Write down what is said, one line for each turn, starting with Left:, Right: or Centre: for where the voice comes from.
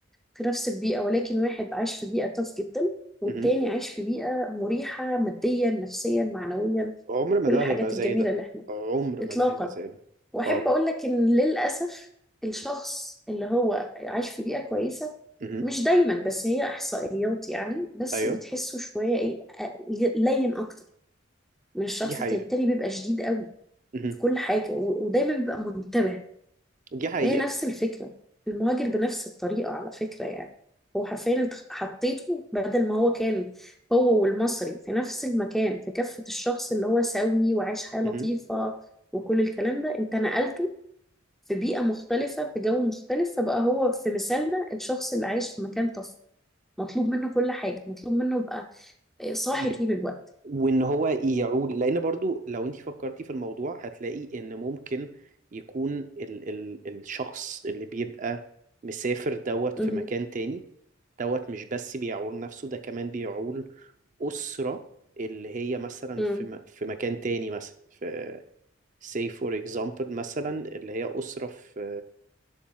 Centre: في نفس البيئة ولكن واحد عايش في بيئة تاف جدا والتاني
Right: أمم.
Centre: عايش في بيئة مريحة ماديا نفسيا معنويا
Right: عمر ما
Centre: كل
Right: ده
Centre: الحاجات
Right: هيبقى زي
Centre: الجميلة
Right: ده
Centre: اللي احنا
Right: عمر
Centre: اطلاقا
Right: ما ده هيبقى زي ده
Centre: واحب
Right: أه
Centre: اقول لك ان للاسف الشخص اللي هو عايش في بيئة كويسة
Right: أمم،
Centre: مش دايما بس هي احصائيات يعني بس
Right: أيوه
Centre: بتحسه شوية ايه آه، لين اكتر من الشخص
Right: دي حقيقة
Centre: التاني التاني بيبقى شديد قوي
Right: أمم،
Centre: في كل حاجة و- ودايما بيبقى منتبه
Right: دي حقيقة
Centre: هي نفس الفكرة المهاجر بنفس الطريقة على فكرة يعني هو حرفيا انت حطيته بدل ما هو كان هو والمصري في نفس المكان في كفة الشخص اللي هو سوي وعايش حياة لطيفة
Right: أمم،
Centre: وكل الكلام ده انت نقلته في بيئة مختلفة في جو مختلف فبقى هو في مثالنا الشخص اللي عايش في مكان طفل مطلوب منه كل حاجة مطلوب منه يبقى صاحي
Right: أمم.
Centre: طول الوقت
Right: وان هو يعول لان برضو لو انت فكرتي في الموضوع هتلاقي ان ممكن يكون ال ال الشخص اللي بيبقى مسافر دوت
Centre: مه.
Right: في مكان تاني دوت مش بس بيعول نفسه ده كمان بيعول أسرة اللي هي مثلا
Centre: مه.
Right: في م في مكان تاني مثلا في say for example مثلا اللي هي أسرة في